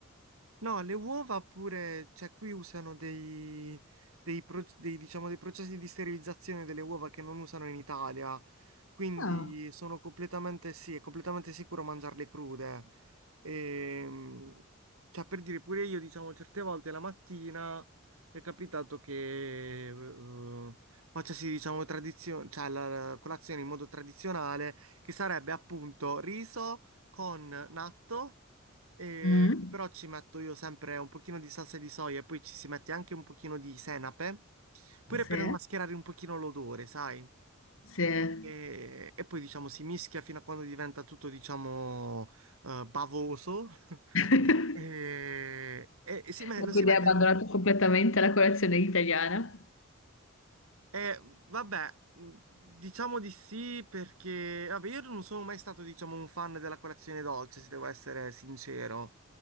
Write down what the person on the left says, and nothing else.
Ah,
mm,
sì,
sì.
<laughs>
Ma
Quindi
hai abbandonato completamente la colazione italiana?